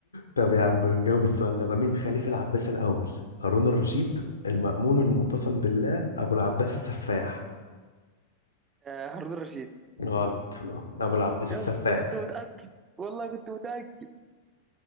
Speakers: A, on the left (about 75°); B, on the right (about 20°).
A: طب يا عم نجاوب السؤال ده ما مين خليفة العباس الأول هارون الرشيد المأمون المعتصم بالله أبو العباس السفاح
B: آه هارون الرشيد
A: غلط أبو العباس
B: يا
A: السفاح
B: اسطى كنت متأكد والله كنت متأكد